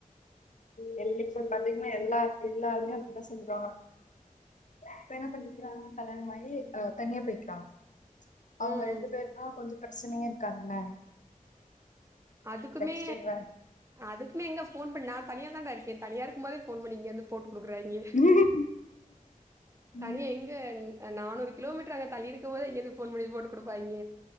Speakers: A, on the left; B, on the right.
A: வெளிய போய் பாத்தீங்கன்னா எல்லா எல்லாருமே அப்டிதா சொல்றாங்க இப்ப என்ன பண்ணிக்கிறாங்க கல்யாண மாயி தனியா போயிருக்காங்க அவங்க
B: ம்
A: ரெண்டு பேருனா கொஞ்சு பிரச்சனையே இருக்காதுல
B: அதுக்குமே
A: ஸ்டைல் வேற
B: அதுக்குமே எங்க ஃபோன் பண்ணி நா தனியா தான்டா இருக்கே தனியா இருக்கு போதே போன் பண்ணி இங்கே வந்து போட்டு குடுக்குறாங்க
A: ம் ம்
B: தனியா எங்க நானூரு கிலோமீட்டர் அங்க தள்ளி இருக்கு போதே இங்கிருந்து போன் பண்ணி போட்டு குடுப்பாங்க